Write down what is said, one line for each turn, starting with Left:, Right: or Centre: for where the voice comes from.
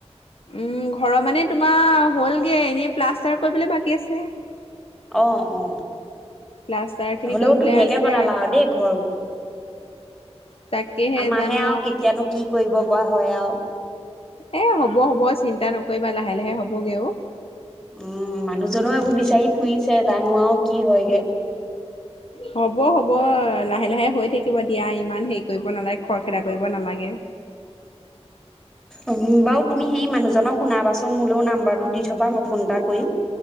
Left: উম ঘৰৰ মানে তোমাৰ হ'লগে এনেই প্লাষ্টাৰ কৰিবলৈ বাকী আছে
Centre: অ অ
Left: প্লাষ্টাৰ খিনি
Centre: হলেও
Left: কৰিবলৈ
Centre: ধুনীয়াকে
Left: আছে
Centre: বনালা আৰু দেই ঘৰ
Left: তাকেহে
Centre: আমাৰহে
Left: জানো
Centre: আৰু কেতিয়ানো কি কৰিব কোৱা হয় আও।
Left: এ হ'ব-হ'ব চিন্তা নকৰিবা লাহে- লাহে হ'বগেও।
Centre: উম মানুহজনৰ এইবোৰ বিচাৰি ফুৰিছে তাত। নোৱাও কি হয়গে।
Left: হ'ব হ'ব লাহে লাহে হৈ থাকিব দিয়া ইমান হেৰি কৰিব নালাগে। খৰখেদা কৰিব নালাগে।
Centre: উম, বাও তুমি সেই মানুহজনক শুনাবাচোন মোলেও নাম্বাৰটো দি থ'বা মই ফোন এটা কইম।